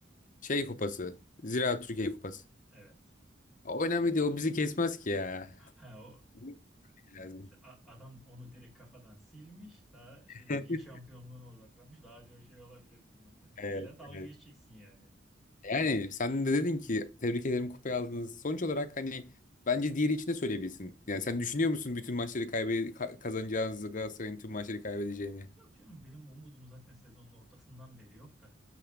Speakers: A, on the left; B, in the centre.
A: Şey kupası. Ziraat Türkiye kupası.
B: Evet.
A: O önemli değil. O bizi kesmez ki ya.
B: Ha o
A: Bilmek Lazım.
B: Sen- a- Adam onu direkt kafadan silmiş. Daha şey diyor,
A: <laughs>
B: lig şampiyonluğuna odaklanmış. Daha diyor şey olabilir bilmem ne.
A: Evet,
B: İlla dalga
A: evet.
B: geçeceksin yani.
A: Yani sen de dedin ki tebrik ederim kupayı aldınız. Sonuç olarak hani bence diğeri için de söyleyebilirsin. Yani sen düşünüyor musun bütün maçları kaybe ka- kazanacağınızı Galatasaray'ın tüm maçları kaybedeceğini?
B: Yok canım benim umudum zaten sezonun ortasından beri yok da.